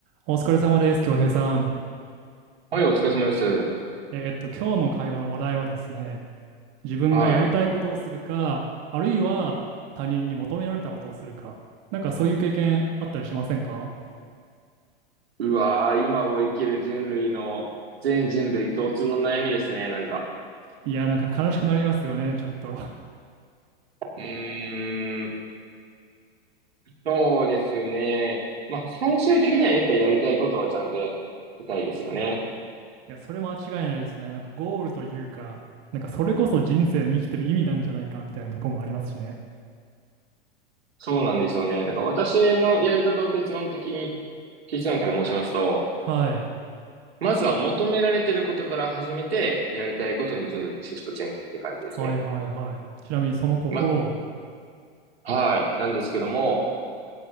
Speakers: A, on the right; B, on the right.
A: お疲れ様です、京平さん。
B: はい、お疲れ様です。
A: えーっと、今日の会話の話題はですね、自分がやりたいことをするか、
B: はい。
A: あるいは他人に求められたことをするか、なんかそういう経験あったりしませんか
B: うわー、今を生きる人類の、全人類共通の悩みですね、なんか。
A: いや、なんか悲しくなりますよね、ちょっと。<laughs>
B: うーん、そうですね。まあ、最終的にはやっぱりやりたいことはちゃんとやってたいですよね。
A: いや、それ間違いないですね。なんかゴールというか、なんかそれこそ人生の生きてる意味なんじゃないかみたいなとこもありますしね。
B: そうなんですよね。なんか私のやり方を結論的に、結論から申しますと、
A: はい。
B: まずは求められてることから始めて、やりたいことに徐々にシフトチェンジって感じですね。
A: はいはいはい。ちなみにその心は
B: ま、はい。なんですけども、